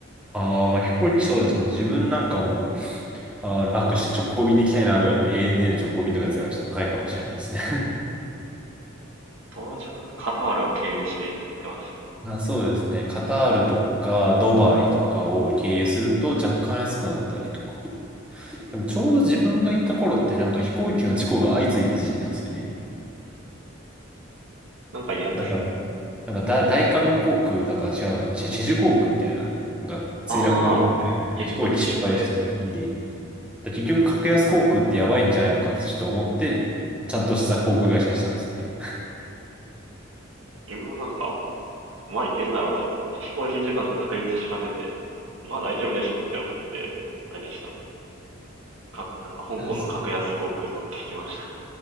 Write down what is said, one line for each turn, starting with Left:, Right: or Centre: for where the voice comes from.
Centre: ああ、まあ飛行機そうですね。自分なんかもう、あー楽して直行便で行きたいなとか言って、ANA の直行便とかやつがちょっと高いかもしれないですね。
Right: 友達はなんかカタールを経由して行ってましたね。
Centre: あ、そうですね。カタールとかドバイとかを経由すると若干安くなったりとか。でもちょうど自分が行った頃ってなんか飛行機の事故が相次いだ時期なんですよね。
Right: なんか嫌ですね。
Centre: だから、なんか大、大韓航空だから違うな、チェ、チェジュ航空みたいな、なんか墜落、
Right: ああ、激突して、
Centre: 飛行機失敗したし、だ結局格安航空ってやばいんじゃないのかってちょっと思って、ちゃんとした航空会社にしたんですよね。
Right: 自分はなんか、まあ行けるだろうと思って、飛行機事故の確率調べて、まあ大丈夫でしょって思って、あれでしたね。か、なんか香港の格安航空乗ってきまし
Centre: あ、そう